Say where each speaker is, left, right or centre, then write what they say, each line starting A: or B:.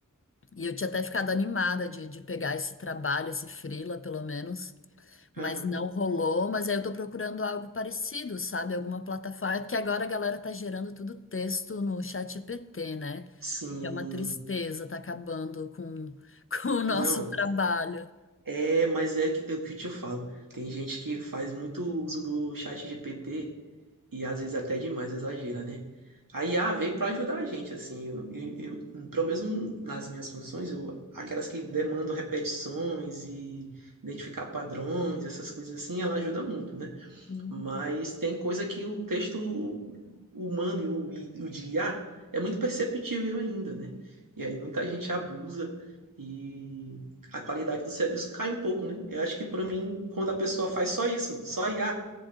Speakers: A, on the left (about 40°); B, on the right (about 85°).
A: e eu tinha até ficado animada de, de pegar esse trabalho, esse freela, pelo menos, mas
B: Aham.
A: não rolou. Mas aí eu tô procurando algo parecido, sabe? Alguma plataforma, porque agora a galera tá gerando tudo texto no ChatGPT, né?
B: Sim.
A: Que é uma tristeza, tá acabando com, <laughs> com o nosso
B: Não.
A: trabalho.
B: É, mas é que- é o que eu te falo. Tem gente que faz muito uso do chat GPT E às vezes até demais exagera, né? A IA veio para ajudar a gente, assim, eu, eu, eu- pelo menos nas minhas funções, eu- aquelas que demandam repetições e identificar padrões, essas coisas assim, ela ajuda muito, né?
A: Uhum.
B: Mas tem coisa que o texto humano e o, e o de IA é muito perceptível ainda, né? E aí muita gente abusa e a qualidade do serviço cai um pouco, né? Eu acho que para mim, quando a pessoa faz só isso, só IA,